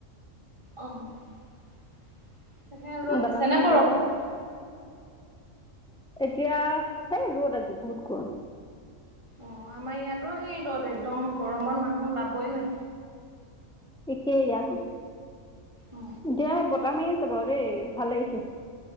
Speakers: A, on the right; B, in the centre.
A: অ তাতে ৰ'দ
B: বাদাম
A: দিছে নে
B: ভুল
A: বৰষুন
B: ওলাই এতিয়া এই ৰ'দ আজি বহুত গৰম
A: অ আমাৰ ইয়াতো সেই ৰ'দ একদম গৰমত মানুহ ওলাবই নোৱাৰি
B: একেই ইয়াতো
A: অ
B: এতিয়া বতাহ মাৰি আছে বাৰু দেই ভাল হৈছে